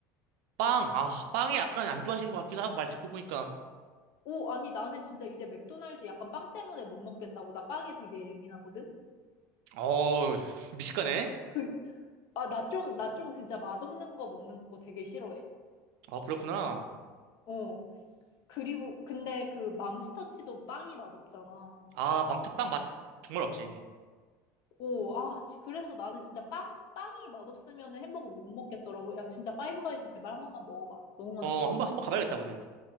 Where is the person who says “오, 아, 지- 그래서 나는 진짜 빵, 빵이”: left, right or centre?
Left